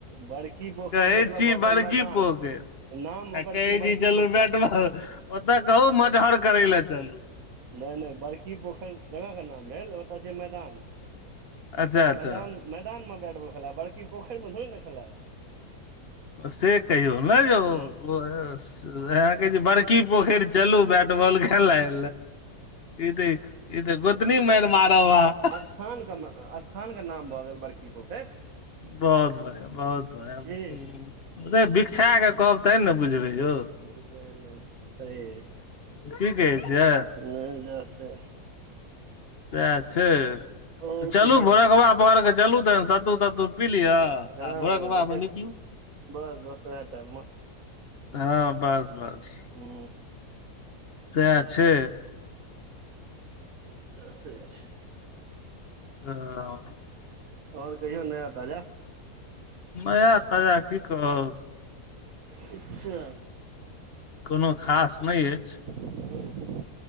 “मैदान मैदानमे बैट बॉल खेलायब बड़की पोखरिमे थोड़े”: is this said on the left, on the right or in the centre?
Right